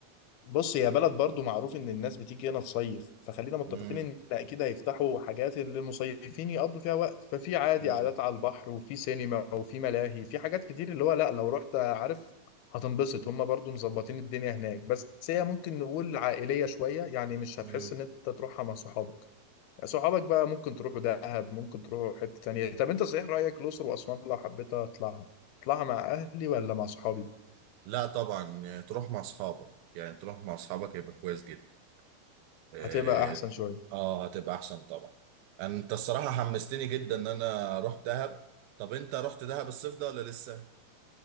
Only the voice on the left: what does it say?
بص هي بلد برضو معروف ان الناس بتيجي هنا تصيف فخلينا متفقين
ان اكيد هيفتحوا حاجات اللي المصيفين يقضوا فيها وقت ففي عادي
قعدات على البحر وفي سينما وفي ملاهي في حاجات كتير اللي هو لا لو رحت عارف هتنبسط هم برضو مظبطين الدنيا هناك بس هي ممكن نقول عائلية شوية يعني مش هتحس
ان انت تروحها مع صحابك صحابك بقى ممكن تروحوا دهب ممكن تروحوا حتة تانية طب انت صحيح رأيك الأقصر وأسوان لو حبيت اطلعها اطلعها مع اهلي ولا مع صحابي
هتبقى احسن شوية